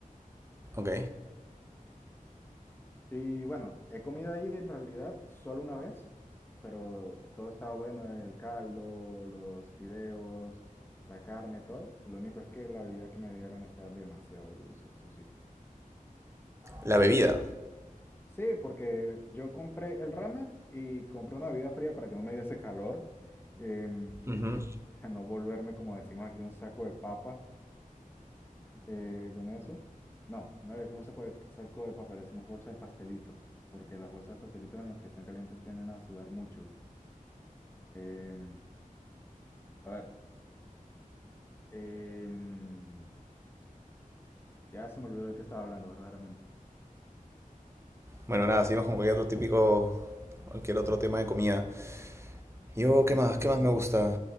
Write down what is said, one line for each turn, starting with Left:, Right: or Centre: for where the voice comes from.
Right: Ok.
Left: Y bueno, he comido ahí de- en realidad solo una vez, pero todo estaba bueno, el caldo, los fideos, la carne, todo. Lo único es que la bebida que me dieron estaba demasiado dulce, eso sí.
Right: La bebida.
Left: Sí, porque yo compré el ramen y compré una bebida fría para que no me diese calor, em,
Right: Ujú.
Left: <laughs> para no volverme, como decimos aquí, un saco de papas. eh, con eso. No, no le decimos saco de, saco de papa, le decimos bolsa de pastelitos, porque las bolsas de pastelitos en los que están calientes tienden a sudar mucho. Em, a ver, em, ya se me olvidó de qué estaba hablando verdaderamente.
Right: Bueno, nada, seguimos con cualquier otro típico, cualquier otro tema de comida. Yo,
Left: Ujú.
Right: ¿qué más? ¿Qué más me gusta?